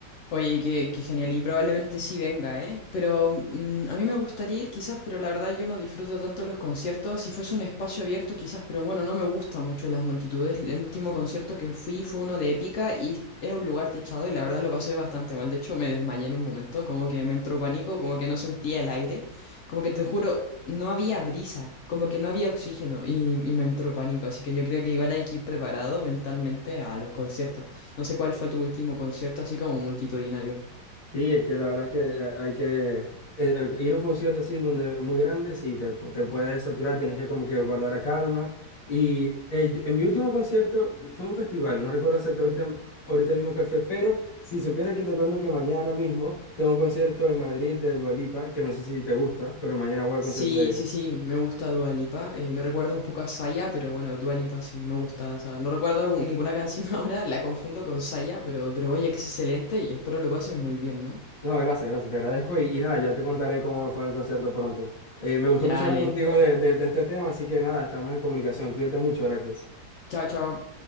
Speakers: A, on the left (about 80°); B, on the left (about 35°).
A: Oye, qué, qué genial, y probablemente sí venga, ¿eh? Pero mm, a mí me gustaría ir quizás, pero la verdad yo no disfruto tanto los conciertos. Si fuese un espacio abierto quizás, pero bueno, no me gustan mucho las multitudes. El último concierto que fui fue uno de Épica y era un lugar techado y la verdad lo pasé bastante mal. De hecho, me desmayé en un momento, como que me entró pánico, como que no sentía el aire, como que te juro, no había brisa, como que no había oxígeno y, y me entró pánico. Así que yo creo que igual hay que ir preparado mentalmente a los conciertos. No sé cuál fue tu último concierto, así como multitudinario.
B: Sí, es que la verdad es que eh, hay que eh, eh, ir a un concierto así donde muy grande, sí, te, pu- te puedes saturar, tienes que como que guardar la calma. Y eh, yo- en mi último concierto fue un festival, no recuerdo exacto ahorita, ahorita mismo cuál fue, pero si supiera que te cuento que mañana mismo tengo un concierto en Madrid de Dua Lipa, que no sé si te gusta, pero mañana voy al
A: Sí,
B: concierto de ella.
A: sí, sí, me gusta Dua Lipa. eh, me recuerda un poco a Saya, pero bueno, Dua Lipa sí, me gusta. O sea, no recuerdo algún- ninguna canción <laughs> ahora, la confundo con Saya, pero, pero oye, que es excelente y espero lo pases muy bien, ¿no?
B: No, gracias, gracias, te agradezco y, y nada, ya te contaré cómo me fue en el concierto pronto. Eh, me gustó
A: Ya,
B: mucho
A: dale.
B: hablar contigo de, de de este tema, así que nada, estamos en comunicación. Cuídate mucho, Heracles.
A: Chao, chao.